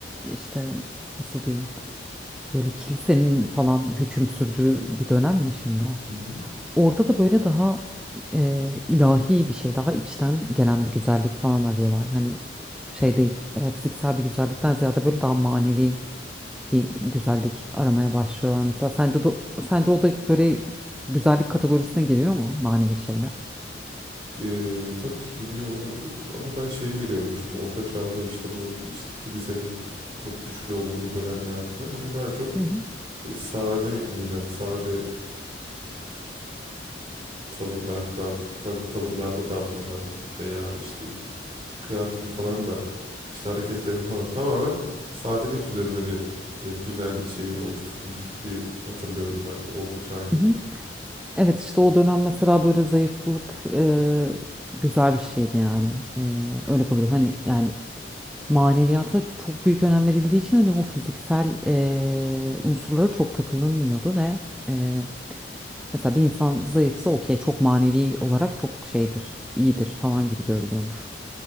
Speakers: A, in the centre; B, on the right.
A: işte nasıl diyeyim böyle kilisenin falan hüküm sürdüğü bir dönem ya şimdi o.
B: Hı hı.
A: Orada da böyle daha e, ilahi bir şey, daha içten gelen bir güzellik falan arıyorlar. Hani şey değil, e, fiziksel bir güzellikten ziyade böyle daha manevi bir güzellik aramaya başlıyorlar mesela. Sence de, sence o da böyle güzellik kategorisine giriyor mu manevi şeyler?
B: Ee, tabii ki giriyor olabilir ama ben şeyi de görmüştüm. Orta Çağ'da işte bu işte kilisenin çok güçlü olduğu dönemlerde de hani daha çok
A: Hı hı.
B: e, sade giyinen, sade tavırlar dav tav- tavırlarda davranan veya işte kıyafetini falan da işte hareketlerini falan tamamen sadelik üzerine bir e, güzellik şeyi oluşturulmuş gibi hatırlıyorum ben de Orta Çağ ile ilgili.
A: Hı hı. Evet işte o dönem mesela böyle zayıflık e, güzel bir şeydi yani. E, öyle kabul ediyorum. Hani yani maneviyata çok büyük önem verildiği için hani o fiziksel eee unsurlara çok takılınmıyordu ve eee, mesela bir insan zayıfsa okey çok manevi olarak çok şeydir, iyidir falan gibi görülüyormuş.